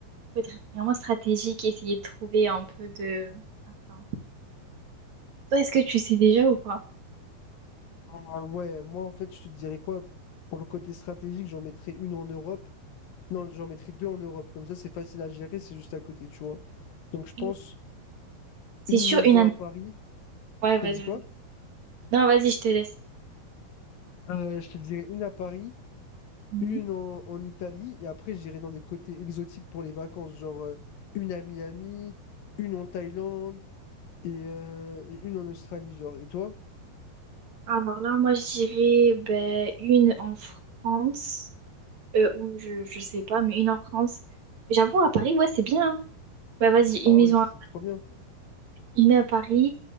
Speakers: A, on the right (about 45°); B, on the left (about 65°).
A: Faut être vraiment stratégique, essayer de trouver un peu de... Attends. Toi, est-ce que tu sais déjà ou pas?
B: Ah ouais, moi en fait, je te dirais quoi? Pour le côté stratégique, j'en mettrais une en Europe. Non, j'en mettrais deux en Europe. Comme ça, c'est facile à gérer, c'est juste à côté, tu vois. Donc je pense
A: Oui. C'est
B: une
A: sûr,
B: maison
A: une ananas.
B: à Paris.
A: Ouais, vas-y,
B: T'as dit quoi?
A: vas-y. Non, vas-y, je te laisse.
B: Euh, je te dirais une à Paris,
A: Mhm.
B: une en, en Italie, et après j'irai dans des côtés exotiques pour les vacances, genre euh, une à Miami, une en Thaïlande et, euh, et une en Australie, genre. Et toi?
A: Alors là, moi, je dirais ben, une en France, euh, ou je, je sais pas, mais une en France. J'avoue, à Paris, ouais, c'est bien. Bah, vas-y, une
B: Ah
A: maison,
B: ouais, c'est
A: à-
B: trop bien.
A: une à Paris,